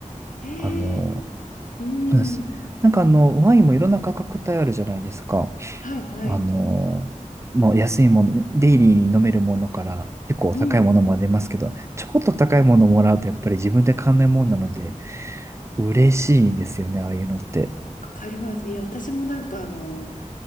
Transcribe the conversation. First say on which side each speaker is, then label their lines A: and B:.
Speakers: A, on the left; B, on the right.
A: へえ、
B: あの、
A: うん、
B: そうです。なんかあの、ワインもいろんな価格帯あるじゃないですか。
A: はいはい。
B: あの、まあ、安いもの、デイリーに飲めるものから結構高いものも出ますけど、
A: うんうん、
B: ちょこっと高いものもらうとやっぱり自分で買わないもんなので、嬉しいんですよね、ああいうのって。
A: わかります。いや、私もなんかあの、